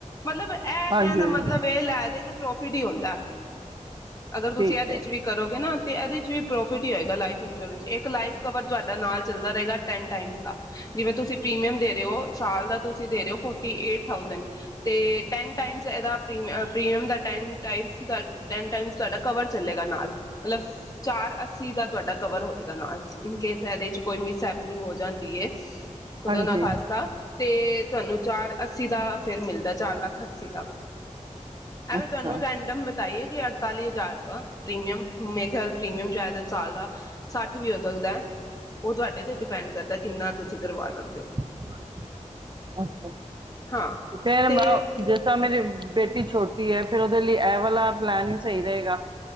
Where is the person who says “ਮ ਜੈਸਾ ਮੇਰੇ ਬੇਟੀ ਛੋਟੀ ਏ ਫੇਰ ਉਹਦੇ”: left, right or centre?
Right